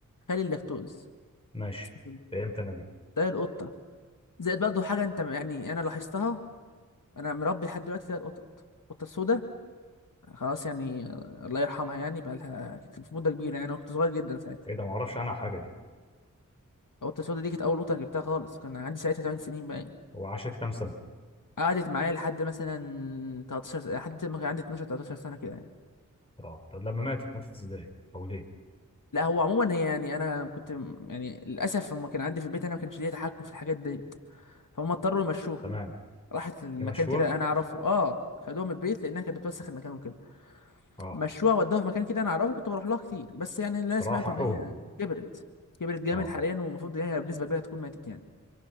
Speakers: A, on the left; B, on the left.
A: خالي اللاكتوز
B: ماشي
A: اسمه كده.
B: فهمت انا دي
A: ده القطه زائد برضه حاجه انت يعني انا لاحظتها انا مربي لحد دلوقتي ثلاث قطط القطه السوداء خلاص يعني آه، الله يرحمها يعني بقى لها في مده كبيره يعني أنا كنت صغير جدا ساعتها
B: ايه ده ما اعرفش عنها حاجه دي
A: القطه السودا دي كانت اول قطه أنا جبتها خالص كان عندي ساعتها 8 سنين بقى يعني.
B: هو عاشت كام سنه
A: قعدت معايا لحد مثلا 13 س- لحد ما كان عندي 12 13 سنه كده يعني
B: اه طب لما ماتت ماتت ازاي او ليه
A: لا هو عموما هي يعني انا كنت م- يعني للاسف لما كان عندي في البيت انا ما كانش ليا تحكم في الحاجات ديت فهم اضطروا يمشوها
B: تمام
A: راحت لمكان
B: يمشوها
A: كده انا اعرفه اه خدوها من البيت لانها كانت بتوسخ المكان وكده
B: اه
A: مشوها ودوها في مكان كده انا اعرفه كنت بروح لها كتير بس يعني اللي
B: بصراحه
A: انا سمعته ان
B: حقهم
A: هي كبرت كبرت جامد
B: اه
A: حاليا والمفروض ان هي بنسبه كبيره تكون ماتت يعني